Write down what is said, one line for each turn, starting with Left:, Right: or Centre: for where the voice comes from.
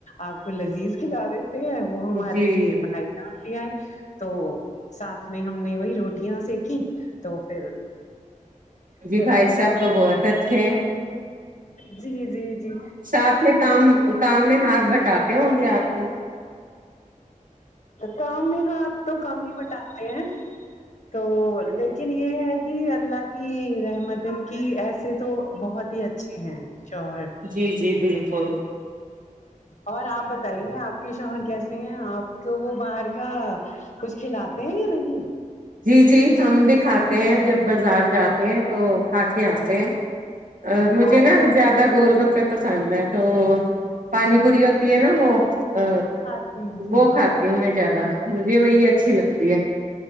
Left: آپ کو لذیذ کھلا دیتے ہیں وہ ہمارے
Right: جی
Left: لیے بن نپ لے آئے تو ساتھ میں ہم نے وہی روٹیاں سکی تو پھر
Right: جی
Left: ملائی
Right: بھائی صاحب تو بہت اچھے ہیں
Left: جی جی جی
Right: ساتھ میں کام کام میں ہاتھ بٹاتے ہوں گے آپ کے
Left: کام میں ہاتھ تو کم ہی بٹاتے ہیں تو لیکن یہ ہے کہ اللہ کی رحمت کی ایسے تو بہت ہی اچھے ہیں شوہر
Right: جی جی بالکل
Left: اور آپ بتائیے آپ کے شوہر کیسے ہیں آپ کو وہ باہر کا کچھ کھلاتے ہیں یا نہیں
Right: جی جی ہم بھی کھاتے ہیں جب بازار جاتے ہیں تو کھا کے آتے ہیں ا مجھے
Left: آپ
Right: نا
Left: کو
Right: ا زدہ میرا گول گپے پسند ہے تو پانی پوری ہوتی ہے نا وہ ا
Left: ہاں جی جی
Right: وہ کھاتی
Left: جی
Right: ہوں میں زیادہ مجھے وہی اچھی لگتی ہے